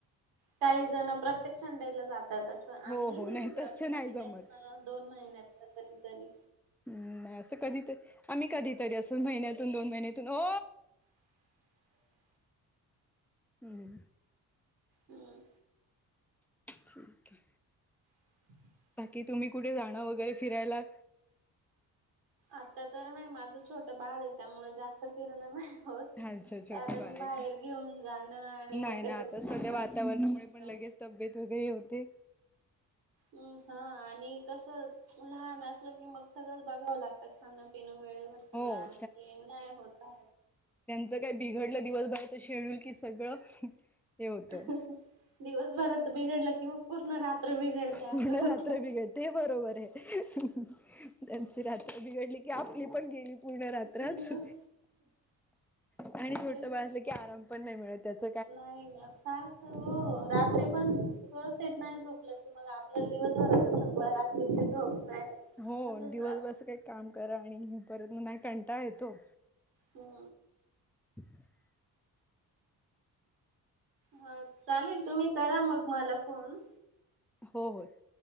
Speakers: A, on the right; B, in the centre.
A: काही जण प्रत्येक संडेला जात. तसं आम्ही
B: हो हो
A: नाही जात
B: तसं
A: महिन्यात
B: नाही जमत
A: दोन महिन्यातन कधीतरी
B: हम् नाही असं कधीतरी आम्ही कधीतरी अस महिन्यातून दोन महिन्यातून हो.
A: <unintelligible>
B: मर.
A: हम्म.
B: ठीके.
A: <unintelligible>
B: बाकी तुम्ही कुठे जाणं वगैरे फिरायला
A: आता तर नाही माझं छोट बाळ आहे त्यामुळे जास्त फिरणं नाही होत.
B: अच्छा छोटं
A: कारण
B: बाळ आहे
A: बाहेर
B: का
A: घेऊन जाणं आणि
B: नाही
A: मग ते
B: ना
A: सगळ
B: आता
A: सांभाळणं
B: सध्या वातावरणामुळे
A: शक्य
B: पण लगेच
A: होत.
B: तब्येत वगैरे होते.
A: हम् हा आणि कस? लहान असल की मग सगळंच बघावं लागतात खाणं पिणं वेळेवर सगळं
B: हो
A: आणि के नाही होत.
B: काही बिघडलं दिवस बाहेरच शेड्यूल कि सगळं हे होतं.
A: दिवसभराच बिघडलं कि मग पूर्ण रात्र बिघडते असं
B: म्हण
A: होत.
B: रात्र बिघड ते बरोबर आहे त्यांची रात्र बिघडली. की आपली पण गेली पूर्ण रात्रात
A: मग
B: आणि छोट
A: तेच
B: बाळ असलं की कॅरम पण नाही मिळत त्याच.
A: नाही नाही फारख हो रात्री पण व्यवस्थेत नाही झोपलं की मग आपल्याला दिवसभराच थकवा रात्रीची झोप नाही.
B: हो
A: अजून त्रास
B: दिवस बस काही काम करा आणि परत नाही कंटाळ येतो.
A: हो.
B: ह.
A: हा चालेल तुम्ही करा मग मला फोन
B: हो हो